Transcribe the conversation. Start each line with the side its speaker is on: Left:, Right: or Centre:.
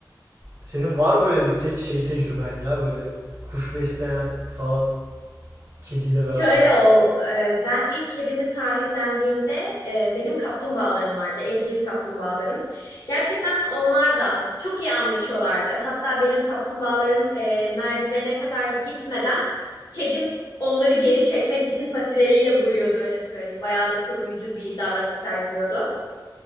Right: Senin var mı öyle bir te- şey tecrüben ya böyle kuş besleyen falan kediyle beraber?
Left: Şöyle ol, e, ben ilk kedimi sahiplendiğimde e, benim kaplumbağalarım vardı, evcil kaplumbağalarım. Gerçekten onlar da çok iyi anlaşıyorlardı. Hatta benim kaplumbağalarım e, merdivene kadar gitmeden kedim onları geri çekmek için patileriyle vuruyordu öyle söyleyeyim. Bayağı da koruyucu bir davranış sergiliyordu.